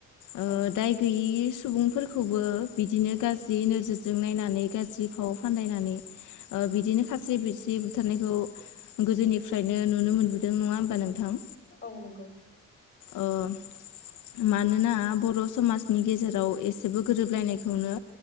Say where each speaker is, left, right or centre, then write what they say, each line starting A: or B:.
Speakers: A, on the left (about 80°); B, on the left (about 30°).
A: ओ
B: औ
A: दाय गैयि सुबुंफोरखौबो बिदिनो गाज्रि नोजोरजों नायनानै गाज्रि फाव फानदायनानै बिदिनो खास्रि बिरस्रि बुथारनायखौ गोदोनिफ्रायनो नुनो मोनबोदों नङा होमबा नोंथां?
B: औ नंगौ।
A: ओ मानोना बर' समाजनि गेजेराव एसेबो गोरोबलायनायखौनो